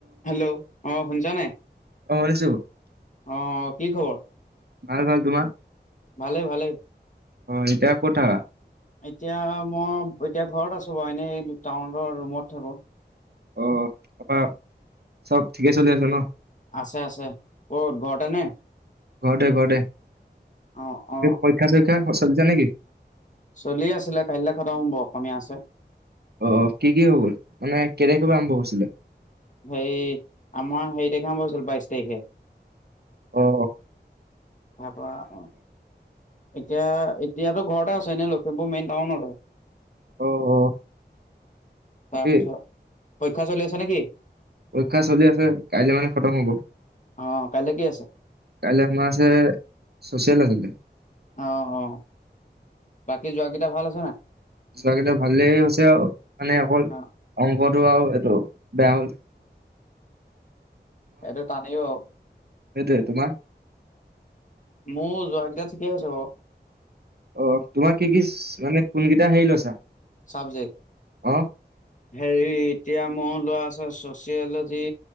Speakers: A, on the left; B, on the right.
A: Hello অ শুছানাই
B: অ শুনিছো
A: অ কি খবৰ
B: ভাল ভাল তোমাৰ।
A: ভালে ভালে
B: অ' এতিয়া কথা
A: এতিয়া মই এতিয়া ঘৰত আছো বাৰু এনেই টাউন ৰুমত থাকো
B: অ' তাৰপা চব ঠিকে চলি আছে ন
A: আছে আছে ক'ত ঘৰতে নে,
B: ঘৰতে ঘৰতে
A: অ অ
B: পৰীক্ষা চৰীক্ষা চলি যা নেকি,
A: চলিে আছিলে কাইলৈ খদ হম ব অসমীয়া আছে
B: অ কি কি হৈ গ'ল মানে কেনেকৈ পৰা আৰম্ভ হৈছিলে
A: হেই আমাৰ হে তাৰিখে আৰম্ভ হৈছিল বাইশ তাৰিখে
B: অ অ
A: তাৰ পৰা অ এতিয়া এতিয়াতো ঘৰতে আ এনে লখিমপুৰ মেইন টাউন আৰু
B: অ অ বাকী
A: তাৰপিছত পৰীক্ষা চলি আছে নেকি
B: পৰীক্ষা চলি আছে কাইলে মানে খতম হব।
A: অ কাইলৈ কি আছে
B: কাইলৈ আমাৰ আছে চচিয়াল আছিলে।
A: অ' অ' বাকী যোৱ কেইটা ভাল আছে না
B: যোৱাকেইিত ভালেই হৈছে আৰু মানে অকল
A: অ
B: অংকটো আৰু এইটো বেয়াহল,
A: এইটো টানেইও
B: সেইটোতোম
A: মোৰ যোৱাকটা ঠিকে আছে ব
B: অ' তোমাক কি কি মানে কোনকেইটা হেৰি লছা
A: চাবজেক্ট
B: অ
A: হেৰি এতিয়া মই লৰাছে sociology